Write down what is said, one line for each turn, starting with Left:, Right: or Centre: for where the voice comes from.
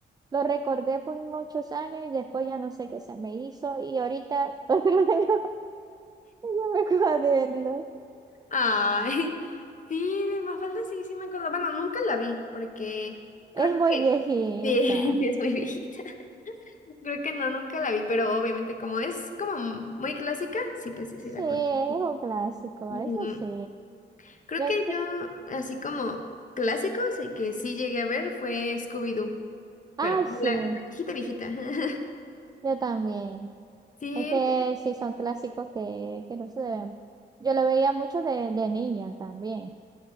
Right: lo recordé por muchos años y después ya no sé qué se me hizo. Y ahorita, <laughs> otro año, yo me cuaderno.
Left: Ay, <laughs> sí, de Mafalda sí, sí me acuerdo. Bueno, nunca la vi, porque creo
Right: Es
Left: que
Right: muy viejita.
Left: sí, <laughs> sí es muy viejita. <laughs> Creo que no, nunca la vi, pero obviamente como es como muy clásica, sí, pues sí, sí
Right: Sí,
Left: la conozco.
Right: es un clásico,
Left: Mm,
Right: eso sí.
Left: Creo
Right: Ya-
Left: que yo, así como clásicos y que sí llegué a ver fue Scooby-Doo,
Right: Ay,
Left: pero
Right: sí,
Left: la, la viejita, viejita. <laughs>
Right: yo también.
Left: Sí,
Right: Es que sí, son clásicos que, que no se deben. Yo lo veía mucho de, de niña también.